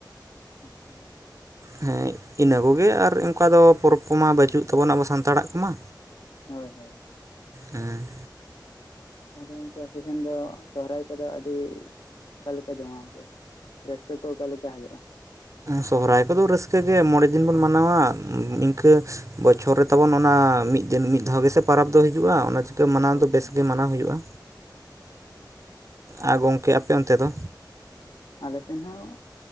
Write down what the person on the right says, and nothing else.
ᱦᱮᱸ ᱤᱱᱟᱹ ᱠᱚᱜᱮ ᱟᱨ ᱚᱱᱠᱟ ᱫᱚ ᱯᱚᱨᱚᱵᱽ ᱠᱚᱢᱟ ᱵᱟᱹᱪᱩᱜ ᱛᱟᱵᱚᱱᱱᱟ ᱟᱵᱚ ᱥᱟᱱᱛᱟᱲᱟᱜ ᱠᱚᱢᱟ᱾
ᱦᱮᱸ
ᱥᱚᱦᱚᱨᱟᱭ ᱠᱚᱫᱚ ᱨᱟᱹᱥᱠᱟᱹ ᱜᱮ ᱢᱚᱬᱮ ᱫᱤᱱ ᱵᱚᱱ ᱢᱟᱱᱟᱣᱟ ᱤᱱᱠᱟᱹ ᱵᱚᱪᱷᱚᱨ ᱨᱮ ᱛᱟᱵᱚᱱ ᱚᱱᱟ ᱢᱤᱫ ᱫᱤᱱ ᱢᱤᱫ ᱫᱷᱟᱣ ᱜᱮᱥᱮ ᱯᱟᱨᱟᱵᱽ ᱫᱚ ᱦᱤᱡᱩᱜ-ᱟ ᱚᱱᱟ ᱠᱟᱹ ᱢᱟᱱᱟᱣ
ᱫᱚ ᱵᱮᱥ
ᱜᱮ ᱢᱟᱱᱟᱣ ᱦᱩᱭᱩᱜᱼᱟ ᱟᱨ ᱜᱚᱝᱠᱮ ᱟᱯᱮ ᱚᱱᱛᱮ ᱫᱚ